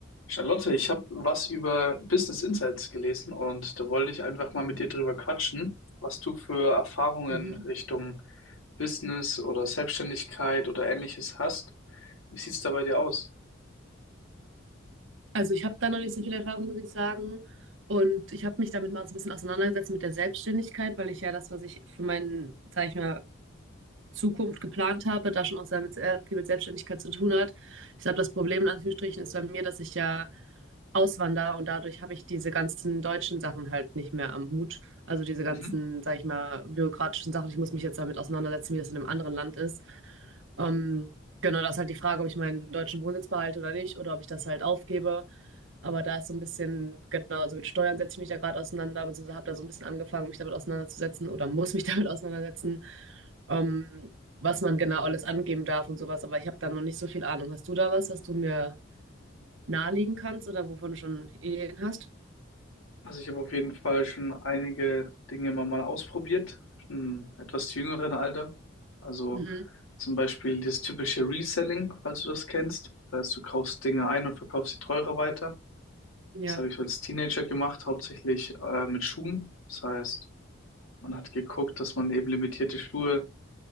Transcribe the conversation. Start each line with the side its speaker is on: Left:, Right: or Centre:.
Left: Charlotte, ich habe was über Business Insights gelesen und da wollte ich einfach mal mit dir drüber quatschen, was du für Erfahrungen
Right: Mhm.
Left: Richtung Business oder Selbstständigkeit oder ähnliches hast. Wie sieht's da bei dir aus?
Right: Also ich habe da noch nicht so viel Erfahrung, muss ich sagen. Und ich habe mich damit mal so ein bisschen auseinandergesetzt mit der Selbstständigkeit, weil ich ja das, was ich für meinen, sage ich mal, Zukunft geplant habe, da schon auch sehr, mit- sehr viel mit Selbstständigkeit zu tun hat. Ich glaube, das Problem in Anführungsstrichen ist bei mir, dass ich ja auswandere und dadurch habe ich diese ganzen deutschen Sachen halt nicht mehr am Hut. Also diese ganzen,
Left: Mhm.
Right: sage ich mal, bürokratischen Sachen. Ich muss mich jetzt damit auseinandersetzen, wie das in einem anderen Land ist. Ähm, genau, das ist halt die Frage, ob ich meinen deutschen Wohnsitz behalte oder nicht oder ob ich das halt aufgebe. Aber da ist so ein bisschen, genau, also mit Steuern setze ich mich da gerade auseinander, beziehungsweise habe da so ein bisschen angefangen, mich damit auseinanderzusetzen oder muss mich <laughs> damit auseinandersetzen, ähm, was man genau alles angeben darf und sowas. Aber ich habe da noch nicht so viel Ahnung. Hast du da was, was du mir nahelegen kannst oder wovon du schon Ideen hast?
Left: Also ich habe auf jeden Fall schon einige Dinge immer mal ausprobiert, im etwas jüngeren Alter. Also
Right: Mhm.
Left: zum Beispiel das typische Reselling, falls du das kennst. Das heißt, du kaufst Dinge ein und verkaufst sie teurer weiter.
Right: Ja.
Left: Das habe ich als Teenager gemacht, hauptsächlich äh, mit Schuhen. Das heißt, man hat geguckt, dass man eben limitierte Schuhe